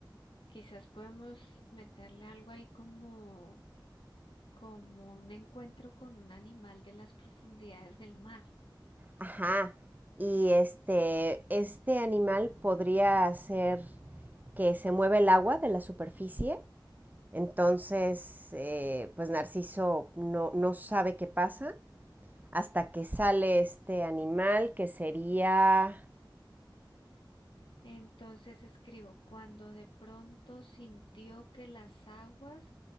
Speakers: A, on the left; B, on the right.
A: quizás podemos meterle algo ahí como, como un encuentro con un animal de las profundidades del mar.
B: ajá. Y este, este animal podría hacer que se mueva el agua de la superficie. Entonces, eh, pues Narciso no, no sabe qué pasa hasta que sale este animal que sería...
A: Entonces escribo, cuando de pronto sintió que las aguas